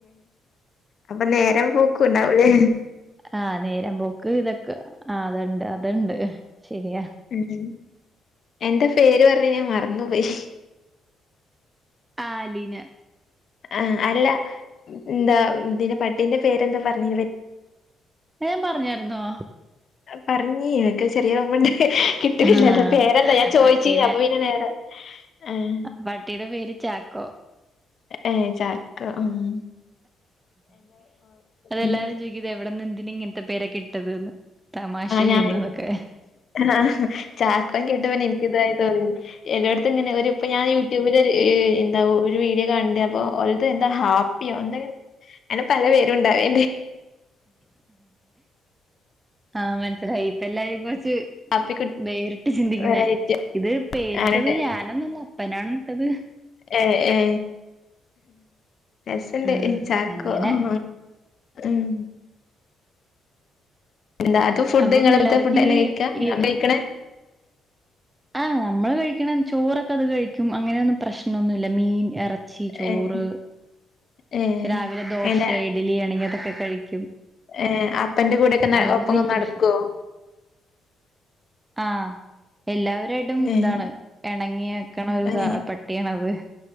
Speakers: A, on the left; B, on the right.
A: അപ്പൊ നേരം പോക്കൂണ്ട അവൂലേ.
B: ആഹ് നേരം പോക്ക് ഇതൊക്കെ ആ അത്ണ്ട് അതുണ്ട് ശരിയാ.
A: ഉം എന്താ പേര് പറഞ് ഞാൻ മറന്നുപോയി.
B: ആലിന.
A: ആഹ് അല്ല എന്താ ഇതിന്റെ പട്ടീന്റെ പേരെന്താ പർഞ്
B: ഞാൻ പറഞ്ഞായിരുന്നോ?
A: പറഞ്ഞി ഇക്ക് ചെറിയ ഒർമ്മണ്ട്. കിട്ടില്ലന്താ
B: ആഹ്
A: പേരെന്താ ഞാൻ ചോദിച്ചീനീ
B: പട്ടീനെ
A: അപ്പൊ പിന്നെ നേരെ ആഹ്
B: പട്ടിയിടെ പേര് ചാക്കോ.
A: ഏഹ് ചാക്കൊ മ്മ്ഹ്.
B: അതെല്ലാരും
A: ഉം
B: ചോയ്ക്കും ഇത് എവിട്ന്ന് ന്തിന് ഇങ്ങൻത്തെ പേര കിട്ട ത് ന്ന്. മാശെ
A: ഞാൻ
B: എന്നാ ഓക്കെ.
A: ആഹ് ചാക്കോൻ കേട്ട പിന്നെ എനക്ക്തായി തോന്നി. എല്ലായിടത്തും ങ്ങനെ ഒരു ഇപ്പ ഞാന് വിടെ ഒരു ന്താ ഒരു വീഡിയോ കാണണ്ട അപ്പൊ എന്താ ഹാപ്പിയോ എന്തെ അങ്ങനെ പല പേരു ഉണ്ടാവേണ്ട്
B: ആഹ് മനസിലായി ഇപ്പ എല്ലാ <unintelligible> കൊർച്
A: ഹാപ്പിക്കുട്ടി
B: വേറിട്ട് ചിന്തിക്കുന്നേ
A: വെറൈറ്റി
B: ഇത് പേരിട്ടത്
A: ആണിട്ട്
B: ഞാനൊന്നുല്ല അപ്പനാണ് ഇട്ടത്.
A: ഏ ഏ രസണ്ട്
B: ആഹ്
A: ചാക്കോ
B: അങ്ങനെ
A: ഉം ഉം. എന്താ അതും ഫുഡ്ങ്ങളെത്തെ
B: അപ്പൊ പിള്ളേർക്ക്
A: ഫുഡ് തന്നെ
B: ഇനി
A: കഴിക്കാ
B: ഈവ
A: കഴിക്കണേ.
B: ആഹ് നമ്മള് കഴിക്ണം ചോറൊക്കെ അത് കഴിക്കും, അങ്ങനെയൊന്നും പ്രശ്നമൊന്നുല്ല മീൻ ഇറ ച്ചി ചോറ്
A: ഏഹ് ഏഹ്
B: രാവിലെ ദോശ
A: അയിനെ
B: ഇഡലി ആണെങ്കി അതൊക്കെ കഴിക്കും.
A: ഏഹ് അപ്പന്റെ കൂടെക്കെ ന
B: അങ്ങനെ
A: ഒപ്പങ്ങും
B: വല്യ
A: നടക്കോ
B: പ്രശ്ന ആഹ് എല്ലാവരായിട്ടും
A: ഏഹ്
B: ഇതാണ് എണങ്ങിക്കണ ഒരു
A: ഏഹ്
B: സ പട്ട് പട്ടിയാണത്.